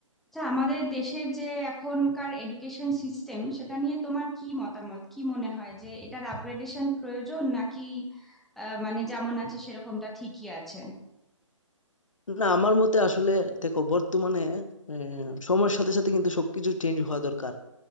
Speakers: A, in the centre; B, on the left.
A: আচ্ছা আমাদের দেশের যে এখনকার এডুকেশন সিস্টেম সেটা নিয়ে তোমার কি মতামত কি মনে হয় যে এটার আপগ্রেডেশন প্রয়োজন নাকি আহ, মানে যেমন আছে সেরকমটা ঠিকই আছে
B: না আমার মতে আসলে দেখো বর্তমানে আহ, সময়ের সাথে সাথে কিন্তু সবকিছু চেঞ্জ হওয়া দরকার